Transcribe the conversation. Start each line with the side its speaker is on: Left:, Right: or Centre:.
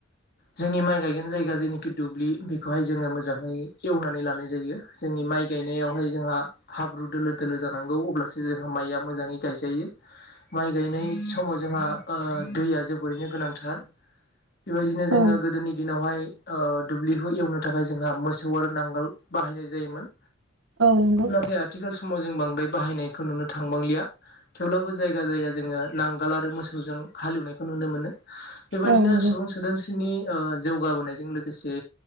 Left: जोंनि माइ गायगोन जायगा जेनेखि दुब्लि बेखौहाय जो जोङो मोजाङै एवनानै लानाय जायो जोंनि माइ गायनायावहाय जोंहा हाब्रु दोलो दोलो जानांगौ खौ अब्लासो माइआ मोजाङै गायजायो माइगायनाय समाव जोंहा ओ दैआ जोबोरैनो गोनांथार
Right: <inaudible>
Left: बेबायदिनो जोङो
Right: औ
Left: गोदोनि दिनावहाय ओ दुब्लिखौ एवनो थाखाय जोंहा मोसौ आरो नांगोल बाहायनाय जायोमोन
Right: औ नंगौ
Left: नाथाय आथिखाल समाव जों बां बे बाहायनायखौ नुनो थांबांलिया थेवब्लाबो जायगा जायगा जोङो नांगोल आरो मोसौजों हालेवनायखौ नुनो मोनो बेबादिनो
Right: औ नंगौ
Left: सुबुं सोदोमस्रिनि जौगा बोनायजों लोगोसे